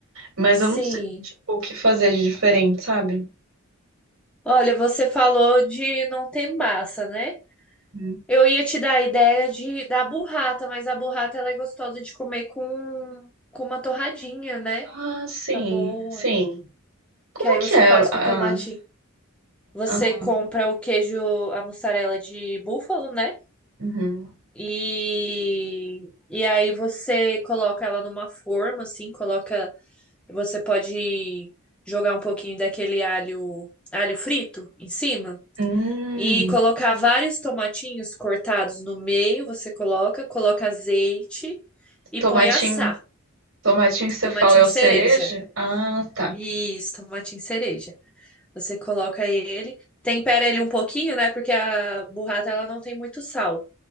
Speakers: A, on the right (about 70°); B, in the centre.
A: Mas
B: Sim.
A: eu não sei, tipo, o que fazer de diferente, sabe?
B: Olha, você falou de não ter massa, né?
A: Hum.
B: Eu ia te dar a ideia de da burrata, mas a burrata ela é gostosa de comer com, com uma torradinha, né?
A: Ah, sim,
B: Fica boa.
A: sim. Como
B: Que aí
A: que
B: você
A: é
B: faz
A: a... a-
B: com tomate. Você
A: a-
B: compra o queijo, a mussarela de búfalo, né?
A: uhum.
B: E, e aí você coloca ela numa forma, assim, coloca. Você pode jogar um pouquinho daquele alho, alho frito em cima.
A: Hum,
B: E colocar vários tomatinhos cortados no meio, você coloca, coloca azeite e
A: tomatinho
B: põe assar.
A: Tomatinho que você
B: Tomatinho
A: fala é o
B: cereja.
A: cereja? Ah, tá.
B: Isso, tomatinho cereja. Você coloca ele, tempera ele um pouquinho, né? Porque a burrata ela não tem muito sal.